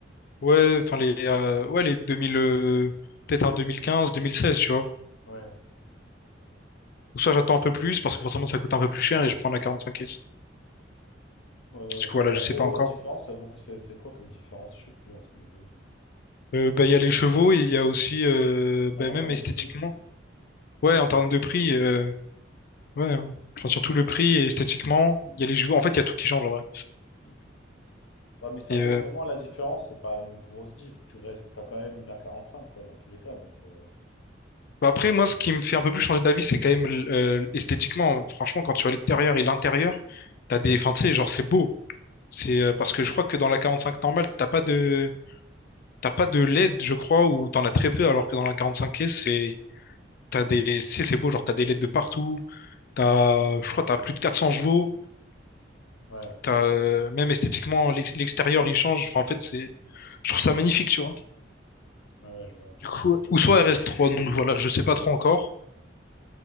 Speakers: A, on the left (about 50°); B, on the left (about 75°).
A: Ouais, enfin, les, euh, ouais, les 2000, euh, peut-être un 2015, 2016, tu vois.
B: Ouais.
A: Ou soit j'attends un peu plus, parce que forcément, ça coûte un peu plus cher et je prends un A45S.
B: Euh,
A: Du coup, voilà,
B: ça
A: je sais
B: vaut
A: pas encore.
B: la différence? Ça vaut que c'est c'est quoi comme différence? Je sais plus, entre les deux.
A: Euh, bah, il y a les chevaux et il y a aussi, euh, bah,
B: Même en
A: même
B: termes
A: esthétiquement.
B: de prix.
A: Ouais, en termes de prix. euh, Ouais, hein. Enfin, surtout le prix et esthétiquement, il y a les joueurs. En fait, il y a tout qui change, en vrai.
B: Ouais, mais ça
A: Et
B: vaut
A: euh,
B: vraiment la différence. C'est pas une grosse diff. Tu restes, t'as quand même une a cinq, quoi, dans tous les cas. Donc, euh,
A: bah après, moi, ce qui me fait un peu plus changer d'avis, c'est quand même l- euh, esthétiquement. Franchement, quand tu vois l'extérieur et l'intérieur, t'as des. Enfin, tu sais, genre, c'est beau. C'est euh, parce que je crois que dans la 45 normale, t'as pas de. T'as pas de LED, je crois, ou t'en as très peu, alors que dans la 45S, c'est. T'as des. Tu sais, c'est beau, genre, t'as des LED de partout. T'as. Je crois, t'as plus de 400 chevaux.
B: ouais,
A: T'as. euh, Même esthétiquement, l'ex- l'extérieur, il change. Enfin, en fait, c'est. Je trouve ça magnifique, tu vois.
B: ouais, ouais, je vois.
A: Du coup, ou soit RS3, donc voilà, je sais pas trop encore.